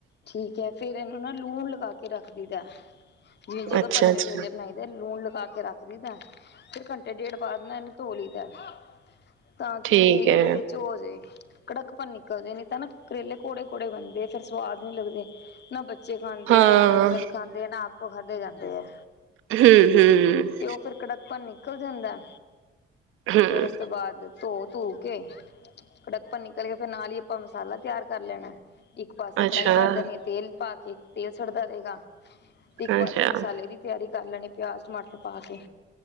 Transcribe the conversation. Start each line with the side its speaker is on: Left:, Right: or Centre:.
Left: ਠੀਕ ਹੈ। ਫੇਰ ਇਹਨੂੰ ਨਾ ਲੂਣ ਲਗਾ ਕੇ ਰੱਖ ਲਈ ਦਾ ਜਿਵੇਂ-ਜਦੋਂ
Right: ਅੱਛਾ
Left: ਭਰਵੇਂ
Right: ਅੱਛਾ
Left: ਕਰੇਲੇ ਬਣਾਈ ਲੂਣ ਲਗਾ ਕੇ ਰੱਖ ਲਈਦਾ। ਫਿਰ ਘੰਟੇ, ਡੇਢ ਬਾਅਦ ਨਾ ਇਹਨੂੰ ਧੋ ਲਈਦਾ। ਤਾਂ
Right: ਠੀਕ
Left: ਕਿ ਇਹਦੇ
Right: ਹੈ
Left: ਵਿੱਚ ਚੋ ਜੇ ਕੜਕਪ ਨਿਕਲ ਜੇ ਨਹੀਂ ਤਾਂ ਨਾ ਕਰੇਲੇ ਕੌੜੇ-ਕੌੜੇ ਬਣਦੇ ਫੇਰ ਸਵਾਦ ਨ ਲੱਗਦੇ ਨਾ ਬੱਚੇ ਖਾਂਦੇ
Right: ਹਾਂ
Left: ਹੈ, ਨਾ ਹਸਬੈਂਡ ਖਾਂਦੇ, ਨਾ ਆਪੋ ਖਾਧੇ ਜਾਂਦੇ ਹੈ।
Right: ਹਮ -ਹਮ।
Left: ਤੇ ਉਹ ਫਿਰ ਕੜਕਪਨ ਨਿਕਲ ਜਾਂਦਾ
Right: ਹਮ
Left: ਫਿਰ ਉਸ ਤੋਂ ਬਾਅਦ ਧੋ -ਧੋ ਕੇ ਫੜਪਣ ਨਿਕਲ ਕੇ ਫਿਰ ਨਾਲ ਹੀ ਆਪਾਂ ਮਸਾਲਾ ਤਿਆਰ ਕਰ ਲੈਣਾ ਇੱਕ ਪਾ ਕੜਾਹੀ
Right: ਅੱਛਾ
Left: ਤਰ ਦਿੰਦੇ ਆ ਤੇਲ ਪਾ ਕੇ ਤੇਲ ਸੁੜਦਾ ਰਹੇਗਾ। ਤੇ
Right: ਅੱਛਾ,
Left: ਇੱਕ ਪਾਸੇ ਮਸਾਲੇ ਦੀ ਤਿਆਰੀ ਕਰ ਲੈਣੀ ਪਿਆਜ, ਟਮਾਟਰ ਪਾ ਕੇ